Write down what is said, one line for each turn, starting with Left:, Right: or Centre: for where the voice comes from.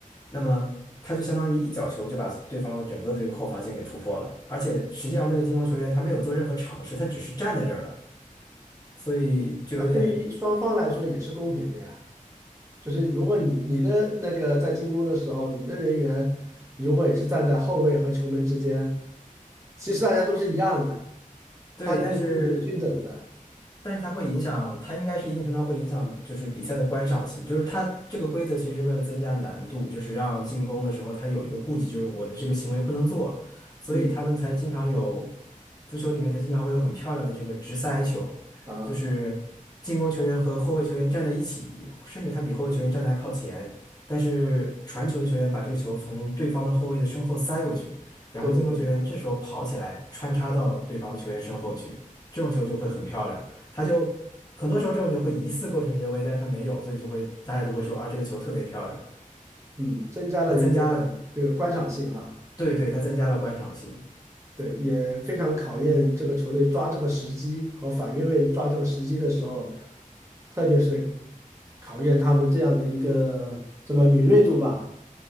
Left: 那么他就相当于一脚球就把对方的整个这个后防线给突破了，而且实际上那个进攻球员他没有做任何尝试，他只是站在这儿了。所以就有点
Right: 那对于双方来说也是公平的呀。就是如果你你的那个在进攻的时候，你的人员如果也是站在后卫和球门之间，其实大家都是一样的，
Left: 对，
Right: 大家都机会是均等的。
Left: 但是但是它会影响，它应该是一定程度上会影响，就是比赛的观赏性。就是它这个规则其实是为了增加难度，就是让进攻的时候它有一个顾忌，就是我的这个行为不能做，所以他们才经常有
Right: 嗯，
Left: 足球里面才经常会有很漂亮的这个直塞球，
Right: 啊，
Left: 就是进攻球员和后卫球员站在一起，甚至他比后卫球员站得还靠前，但是传球的球员把这个球从对方的后卫的身后塞过去，然后进攻球员这时候跑起来穿插到对方的球员身后去，
Right: 对对对，
Left: 这种球就会很漂亮。他就很多时候这种就会疑似过纯越位，但是他没有，所以就会大家就会说啊，这个球特别漂亮，
Right: 嗯，增加了一个
Left: 他增加了，
Right: 这个观赏性哈，
Left: 对对，他增加了观赏性，
Right: 对，也非常考验这个球队抓这个时机和反越位抓这个时机的时候，特别是考验他们这样的一个这么敏锐度吧。